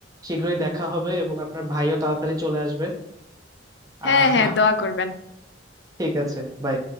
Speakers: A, on the right; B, on the left.
A: শীঘ্রই দেখা হবে এবং আপনার ভাইও তাড়াতাড়ি চলে আসবে
B: হ্যাঁ
A: আহ
B: হ্যাঁ দোয়া করবেন
A: ঠিক আছে বাই